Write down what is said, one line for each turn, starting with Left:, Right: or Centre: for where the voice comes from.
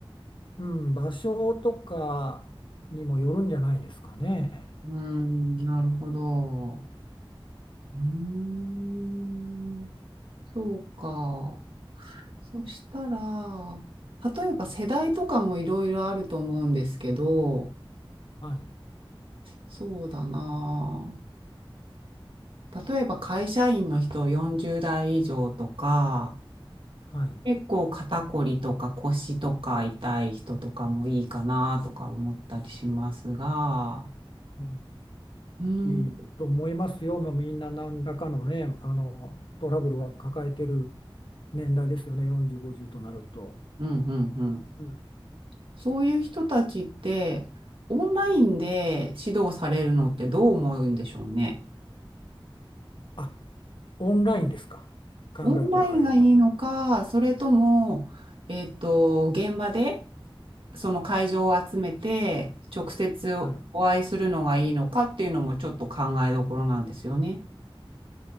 Left: うん、場所とかにもよるんじゃないですかね。
Right: うん、なるほど。うーん、そうか。そしたら、例えば世代とかもいろいろあると思うんですけど、
Left: はい、
Right: そうだな。例えば会社員の人40代以上とか、
Left: はい
Right: 結構肩こりとか腰とか痛い人とかもいいかなとか思ったりしますが、
Left: うん
Right: うん、
Left: いいと思いますよ。
Right: うん、
Left: もうみんな何らかのね、あの、トラブルは抱えてる年代ですよね。40、50となると。
Right: うん、うん。
Left: うん。
Right: そういう人たちって、オンラインで指導されるのってどう思うんでしょうね。
Left: あ、オンラインですか。考えとられるのは。
Right: オンラインがいいのか、それとも、えっと、現場でその会場を集めて直接お会いするのがいいのかっていうのもちょっと考えどころなんですよね。
Left: はい。